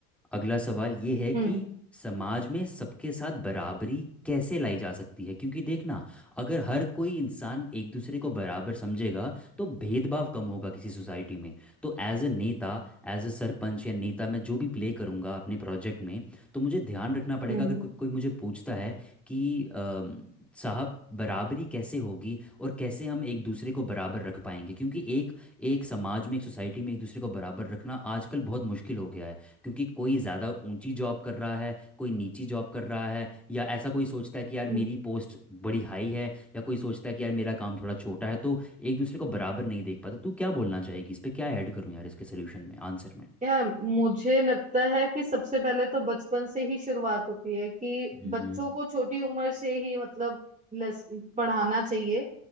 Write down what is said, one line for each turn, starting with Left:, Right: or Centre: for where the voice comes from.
Centre: अगला सवाल ये है कि
Right: हम्म
Centre: समाज में सबके साथ बराबरी कैसे लाई जा सकती है क्योंकि देखना अगर हर कोई इंसान एक दूसरे को बराबर समझेगा तो भेदभाव कम होगा किसी सोसाइटी में तो एज अ नेता एज अ सरपंच या नेता मैं जो भी प्ले करूँगा अपने प्रोजेक्ट में तो मुझे ध्यान रखना पड़ेगा
Right: हम्म
Centre: अगर को, कोई मुझे पूछता है कि अम, साहब बराबरी कैसे होगी और कैसे हम एक दूसरे को बराबर रख पाएंगे क्योंकि एक एक समाज में एक सोसाइटी में एक दूसरे को बराबर रखना आजकल बहुत मुश्किल हो गया है क्योंकि कोई ज़्यादा ऊंची जॉब कर रहा है कोई नीची जॉब कर रहा है या ऐसा कोई सोचता है कि यार
Right: हम्म।
Centre: मेरी पोस्ट बड़ी हाई है या कोई सोचता है कि यार मेरा काम थोड़ा छोटा है तो एक दूसरे को बराबर नहीं देख पाता तू क्या बोलना चाहेगी इस पे क्या ऐड करूं यार इसके सोल्यूशन में आंसर में
Right: यार मुझे लगता है कि सबसे पहले तो बचपन से ही शुरुआत होती है कि
Centre: हम्म
Right: बच्चों को छोटी उम्र से ही मतलब लेस- पढ़ाना चाहिए